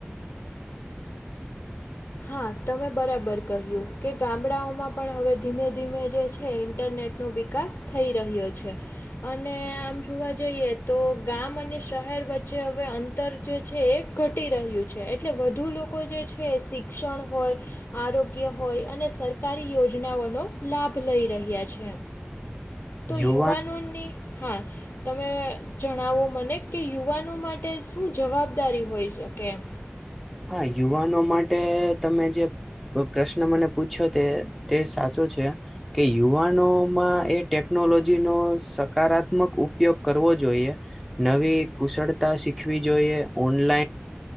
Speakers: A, on the left; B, in the centre.
A: હા તમે બરાબર કહ્યું કે ગામડાઓમાં પણ હવે ધીમે ધીમે જે છે ઇન્ટરનેટનોિક વિકાસ થઈ રહ્યો છે. અને આમ જોવા જઈએ તો ગામ અને શહેર વચ્ચે હવે અંતર જે છે એક ઘટી રહ્યું છે એટલે વધુ લોકો જે છે એ શિક્ષણ હોય. આરોગ્ય હોય અને સરકારી યોજનાઓનો લાભ લઈ રહ્યા છે. તો
B: યુવાન
A: યુવાનોને હા તમે જણાવો મને કે યુવાનો માટે શું જવાબદારી હોઈ શકે એમ.
B: હા યુવાનો માટે તમે જે પ્રશ્ન મને પૂછ્યો તે તે સાચો છે. કે યુવાનોમાં એ ટેકનોલોજી નો સકારાત્મક ઉપયોગ કરવો જોઈએ. નવી કુશળતા શીખવી જોઈએ ઓનલાઈન